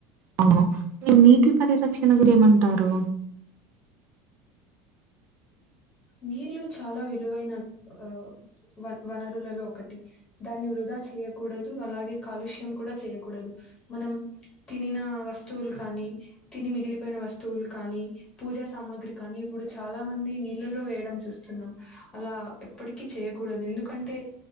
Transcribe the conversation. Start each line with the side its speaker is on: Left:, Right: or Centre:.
Right: అవునా మీరు నీటి పరిరక్షణ గురూ ఏమంటారు
Left: నీళ్లు చాలా విలువైన ఆ వ వనరులలో ఒకటి దాన్ని వృధా చేయకూడదు అలాగే కాలుష్యం కూడా చేయకూడదు మనం తినిన వస్తువులు కానీ తిని మిగిలిపోయిన వస్తువులు కానీ పూజా సామాగ్రి కానీ ఇప్పుడు చాలా మంది నీళ్ళలో వేయడం చూస్తున్నాం అలా ఎప్పటికీ చేయకూడదు ఎందుకంటే